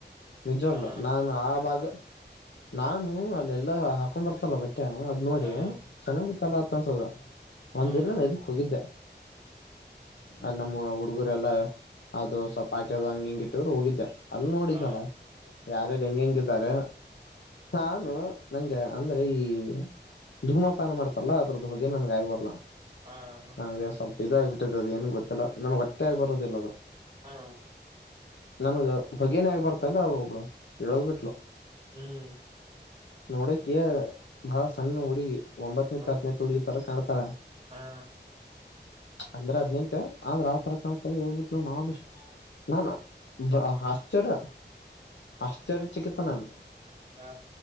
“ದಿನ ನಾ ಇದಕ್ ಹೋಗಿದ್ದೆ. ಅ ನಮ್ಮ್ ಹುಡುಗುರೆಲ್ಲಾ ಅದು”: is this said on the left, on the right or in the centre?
Left